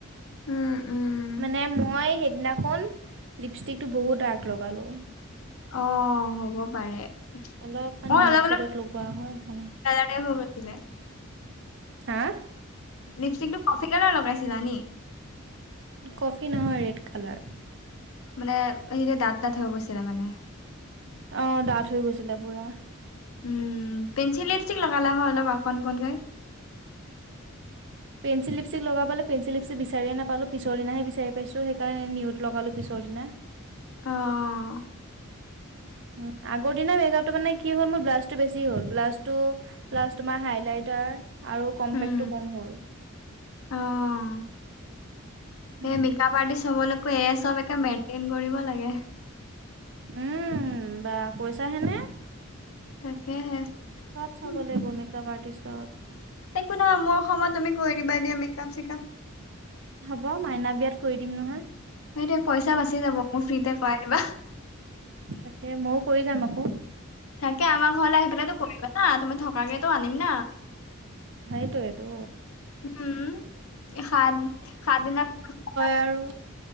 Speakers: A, on the left; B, on the right.
A: উম, উম,
B: মানে মই সেইদিনা শুন লিপষ্টিক টো বহুত ডাৰ্ক লগালোঁ।
A: অ' হ'ব পাৰে।
B: অলপমান
A: মই
B: নিউড
A: অলপ
B: চেডত
A: অলপ,
B: লগোৱা হয় ভাল
A: <unintelligible>
B: হা।
A: লিপষ্টিক টো কফি কালাৰ লগাইছিলা নি
B: কফি নহয় ৰেড কালাৰ।
A: মানে সেই দাঁত দাঁত হৈ গৈছিলে মানে।
B: অ' ডাঠ হৈ গৈছিলে পুৰা।
A: উম পেঞ্চিল লিপষ্টিক লগালা হয় অলপ অকণমানকৈ।
B: পেঞ্চিল লিপষ্টিক লগাব পেঞ্চিল লিপচ বিচাৰি নাপালোঁ পিছৰ দিনাহে বিচাৰি পছোঁ সেইকাৰণে নিউত লগালো পিছৰ দিনা।
A: অ'।
B: উম' আগৰ দিনা বেগত ত' মানে কি হ'ল মোৰ ব্লাছটো বেছি হ'ল ব্লাছ টো প্লাছ তোমাৰ হাইলাইটাৰ, আৰু কম্পেক্টো
A: উম,
B: কম হ'ল।
A: অ' সে
B: উম,
A: মিক। মেকাপ আৰ্টিচ হবলৈকো এই চব একে মেইনটেইন কৰিব লাগে।
B: উম বা কৈছা হেনে।
A: তাকেহে।
B: চব চাব
A: উম,
B: লাগিব মেকআপ আৰ্টিষ্ট।
A: একো নাই মোৰ সময়ত তুমি কৈ দিবা এ দিয়া মিকাপ চেকাপ।
B: হ'ব মাইনা বিয়াত কৰি দিম নহয়।
A: এতিয়া পইচা বাচি যাব মোক ফ্ৰীতে কৰাই দিবা।
B: তাকে মও কৰি যাম আকৌ'।
A: তাকে আমাৰ ঘৰলৈ আহি পেলাই কৰিবা না ত মই থকাকেতো আনিম না।
B: <inaudible> এইটো।
A: উম খাদ খাদনা <unintelligible>
B: তাৰু।